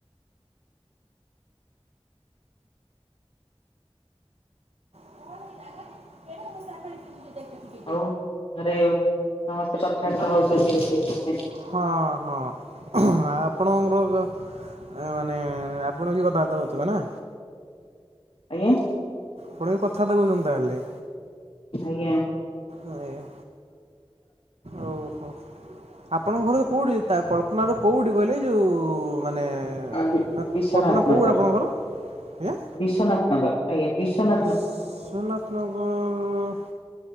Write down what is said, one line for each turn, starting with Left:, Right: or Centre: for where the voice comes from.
Right: <inaudible>
Left: ଆଉ ଘରେ ସମସ୍ତେ କଥାର୍ତ୍ତା ହଉଚନ୍ତି <unintelligible> ନାଇଁ?
Right: ହଁ-ହଁ ଆଉ ଆପଣଙ୍କ ଆ ମାନେ ଆ ଆପଣ ବି କଥାବାର୍ତ୍ତା ହଉଥିବେ ନା?
Left: ଆଜ୍ଞା?
Right: ଆପଣ ବି କଥାବାର୍ତ୍ତା <unintelligible> ତାହେଲେ?
Left: ଆଜ୍ଞା।
Right: ଆଜ୍ଞା। ଓହୋ, ଆପଣଙ୍କ ଘର କୋଉଠି? ତା କଳ୍ପନା ର କୋଉଠି କହିଲେ ଏଯୋଉ ମାନେ
Left: ଆଜ୍ଞା।
Right: ନା
Left: ବିଶ୍ୱନାଥ
Right: କଳ୍ପନା <unintelligible>
Left: ନଗର
Right: ଆପଣଙ୍କର? ଆଜ୍ଞା?
Left: ବିଶ୍ୱନାଥ ନଗର୍। ଆଜ୍ଞା ବିଶ୍ୱନା
Right: ବିଶ୍ୱନାଥ ନଗର